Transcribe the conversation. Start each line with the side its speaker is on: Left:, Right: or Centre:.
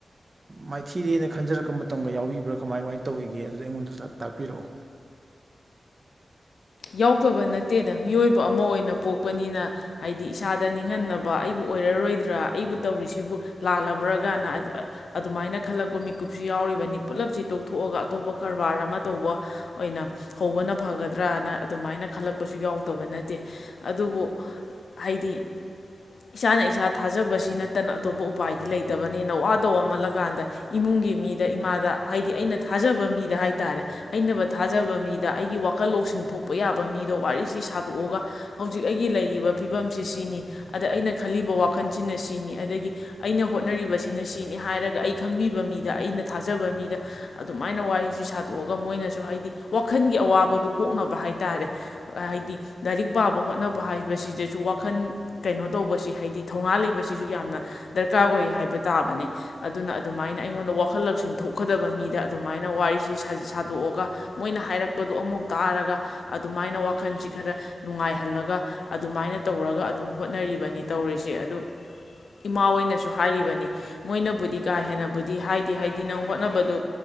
Right: ꯃꯥꯏꯊꯤꯔꯦꯅ ꯈꯟꯖꯔꯛꯄ ꯃꯇꯝꯒ ꯌꯥꯎꯕꯤꯕ꯭ꯔꯥ ꯀꯃꯥꯏ ꯀꯃꯥꯏꯅ ꯇꯧꯒꯤꯒꯦ ꯑꯗꯨꯗꯤ ꯑꯩꯉꯣꯟꯗ ꯇꯥꯏꯄꯤꯔꯛꯑꯣ
Left: ꯌꯥꯎꯗꯕ ꯅꯠꯇꯦꯗ ꯃꯤꯑꯣꯏꯕ ꯑꯃ ꯑꯣꯏꯅ ꯄꯣꯛꯄꯅꯤꯅ ꯍꯥꯏꯗꯤ ꯏꯁꯥꯗ ꯅꯤꯡꯍꯟꯅꯕ ꯑꯩꯕꯨ ꯑꯣꯏꯔꯔꯣꯏꯗ꯭ꯔꯥ ꯑꯩꯕꯨ ꯇꯧꯔꯤꯁꯤꯕꯨ ꯂꯥꯜꯂꯕ꯭ꯔꯒꯅ ꯑꯗꯨꯃꯥꯏꯅ ꯈꯜꯂꯛꯄ ꯃꯤꯀꯨꯞꯁꯨ ꯌꯥꯎꯔꯤꯕꯅꯤ ꯄꯨꯂꯞꯁꯤ ꯇꯣꯛꯊꯣꯛꯑꯒ ꯑꯇꯣꯞꯄ ꯀꯔꯕꯥꯔ ꯑꯃ ꯇꯧꯕ ꯑꯣꯏꯅ ꯍꯧꯕꯅ ꯐꯒꯗ꯭ꯔꯅ ꯑꯗꯨꯃꯥꯏꯅ ꯈꯜꯂꯛꯄꯁꯨ ꯌꯥꯎꯗꯕ ꯅꯠꯇꯦ ꯑꯗꯨꯕꯨ ꯍꯥꯏꯗꯤ ꯏꯁꯥꯅ ꯏꯁꯥ ꯊꯥꯖꯕꯁꯤ ꯅꯠꯇꯅ ꯑꯇꯣꯞꯄ ꯎꯄꯥꯏꯗꯤ ꯂꯩꯇꯕꯅꯤꯅ ꯋꯥꯗ ꯋꯥꯃꯜꯂꯀꯥꯟꯗ ꯏꯃꯨꯡꯒꯤ ꯃꯤꯗ ꯏꯃꯥꯗ ꯍꯥꯏꯗꯤ ꯑꯩꯅ ꯊꯥꯖꯕ ꯃꯤꯗ ꯍꯥꯏꯇꯥꯔꯦ ꯑꯩꯅꯕꯨ ꯊꯥꯖꯕ ꯃꯤꯗ ꯑꯩꯒꯤ ꯋꯥꯈꯜ ꯂꯧꯁꯤꯡ ꯊꯣꯛ ꯄꯣꯛꯄ ꯌꯥꯕ ꯃꯤꯗꯣ ꯋꯥꯔꯤꯁꯤ ꯁꯥꯗꯣꯛꯑꯒ ꯍꯧꯖꯤꯛ ꯑꯩꯒꯤ ꯂꯩꯔꯤꯕ ꯐꯤꯕꯝꯁꯤ ꯁꯤꯅꯤ ꯑꯗ ꯑꯩꯅ ꯈꯜꯂꯤꯕ ꯋꯥꯈꯜꯁꯤꯅ ꯁꯤꯅꯤ ꯑꯗꯒꯤ ꯑꯩꯅ ꯍꯣꯠꯅꯔꯤꯕꯁꯤꯅ ꯁꯤꯅꯤ ꯍꯥꯏꯔꯒ ꯑꯩ ꯈꯪꯕꯤꯕ ꯃꯤꯗ ꯑꯩꯅ ꯊꯥꯖꯕ ꯃꯤꯗ ꯑꯗꯨꯃꯥꯏꯅ ꯋꯥꯔꯤꯁꯤ ꯁꯥꯗꯣꯛꯑꯒ ꯃꯣꯏꯅꯁꯨ ꯍꯥꯏꯗꯤ ꯋꯥꯈꯜꯒꯤ ꯑꯋꯥꯕꯗꯨ ꯀꯣꯛꯅꯕ ꯍꯥꯏ ꯍꯥꯏ ꯇꯥꯔꯦ ꯍꯥꯏꯗꯤ ꯂꯥꯏꯔꯤꯛ ꯄꯥꯕ ꯍꯣꯠꯅꯕ ꯍꯥꯏꯕꯁꯤꯗꯁꯨ ꯋꯥꯈꯜ ꯀꯩꯅꯣ ꯇꯧꯕꯁꯤ ꯍꯥꯏꯗꯤ ꯊꯧꯅꯥ ꯂꯩꯕꯁꯤꯁꯨ ꯌꯥꯝꯅ ꯗꯔꯀꯥꯔ ꯑꯣꯏ ꯍꯥꯏꯕ ꯇꯥꯕꯅꯦ ꯑꯗꯨꯅ ꯑꯗꯨꯃꯥꯏꯅ ꯑꯩꯉꯣꯟꯗ ꯋꯥꯈꯜ ꯂꯧꯛꯁꯤꯡ ꯊꯣꯛꯀꯗꯕ ꯃꯤꯗ ꯑꯗꯨꯃꯥꯏꯅ ꯋꯥꯔꯤꯁꯤ ꯁꯥꯗꯣꯛꯑꯒ ꯃꯣꯏꯅ ꯍꯥꯏꯔꯛꯄꯗ ꯑꯃꯨꯛ ꯇꯥꯔꯒ ꯑꯗꯨꯃꯥꯏꯅ ꯋꯥꯈꯜꯁꯤ ꯈꯔ ꯅꯨꯡꯉꯥꯏꯍꯜꯂꯒ ꯑꯗꯨꯃꯥꯏꯅ ꯇꯧꯔꯒ ꯑꯗꯨꯝ ꯍꯣꯠꯅꯔꯤꯕꯅꯤ ꯇꯧꯔꯤꯁꯦ ꯑꯗꯨ ꯏꯃꯥ ꯍꯣꯏꯅꯁꯨ ꯍꯥꯏꯔꯤꯕꯅꯤ ꯃꯣꯏꯅꯕꯨꯗꯤ ꯀꯥ ꯍꯦꯟꯅꯕꯨꯗꯤ ꯍꯥꯏꯗꯤ ꯍꯥꯏꯗꯤ ꯅꯪ ꯍꯣꯠꯅꯕꯗꯣ